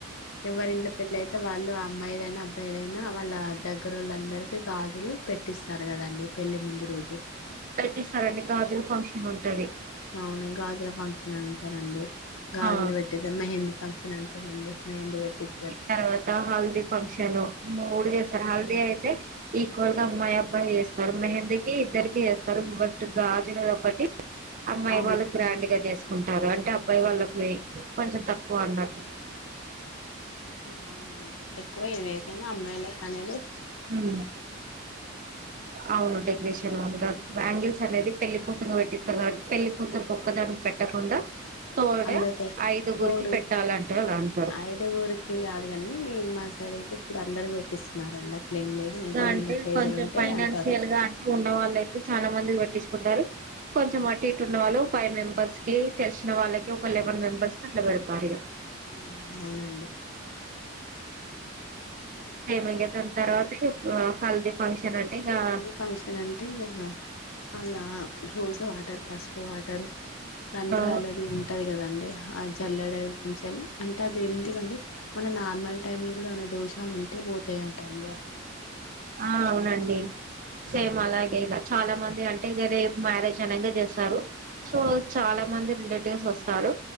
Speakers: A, on the left; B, on the right.
A: ఎవరింట్లో పెళ్లి అయితే వాళ్ళు ఆ అమ్మాయి ఏదైనా అబ్ బ్బాయిదైనా వాళ్ళ దగ్గర వాళ్ళ అందరికీ గాజులు పెట్టిస్తారు కదండి పెళ్లి ముందు రోజు
B: పెట్టిస్తారు అండి గాజుల ఫంక్షన్ ఉంటది
A: అవును గాజుల ఫంక్షన్ అంటారండి గాజులు
B: ఆ
A: పెట్టిస్తారు మెహందీ ఫంక్షన్ అంటరండి మెహందీ పెట్టిస్తారు
B: తర్వాత హల్దీ ఫంక్షన్ మూడు చేస్తారు హల్ది అయితే ఈ ఇంగ అమ్మాయి అబ్బాయి చేస్తారు మెహందీకి ఇద్దరికి చేస్తారు ఫస్ట్ గాజులుఅది ఒకటి అమ్మాయి
A: అవును
B: వాళ్ళు గ్రాండ్ గా చేసుకుంటారు అంటే అబ్బాయి వాళ్ళు కు పోయి కొంచెం తక్కువ అన్నట్టు
A: అవునండి ఎక్కువ ఏదితేైనా అమ్మాయిలే కానీది
B: మ్ అవును డెకరేషన్ ఉందా బేంగిల్స్ అనేది పెళ్లి కూతురుకి పెట్టిత్తారు కాబట్టి పెళ్లికూతురు ఒక్కదానికి పెట్టకుండా తోడ
A: అందరు తొ
B: ఐదుగురికి
A: తోడుగా
B: పెట్టాలంటే అలా అంటారు
A: ఐదుగురికి కాదు కానీ మా సైడ్ అయితే ఇప్పుడు అందరికి పెట్టిస్తున్నారండి అట్ల ఏం లేదు ఎంతమంది
B: అంటే
A: ముత్తైదులు
B: కొంచెం
A: ఉంటే
B: ఫైనాన్షియల్
A: అంత
B: గా అంటే ఉన్న వాళ్ళు అయితే చానా మందికి పెట్టించుకుంటారు కొంచెం అటు ఇటు ఉన్న వాళ్ళు ఫైవ్ మెంబర్స్ కి తెలిసిన వాళ్ళకి ఒక లెవెన్ మెంబర్స్ కి అట్లా పెడతారు ఇహ
A: ఆ అవునండి
B: సేమ్ ఇంగా దాని తర్వాత హల్దీ ఫంక్షన్ అంటే ఇక ఆ
A: హెల్దీ ఫంక్షన్ అంటే ఇహ అలా రోజు వా వాటర్ పసుపు వాటర్ రంధ్రాలది
B: అవును
A: ఉంటది కదండి ఆ జల్లడం నుంచేని అంటే అది ఎందుకంటే మన నార్మల్ టైమ్ లో కూడా ఏమైనా దోషాలు ఉంటే పోతాయంటండి అట్లాచేస్తే
B: ఆ అవునండి సేమ్ అలాగే ఇగ చాలా మంది అంటే ఇగ రేప్ మ్యారేజ్ అనగా చేస్తారు సో చాలా న మంది రిలేటివ్స్ వస్తారు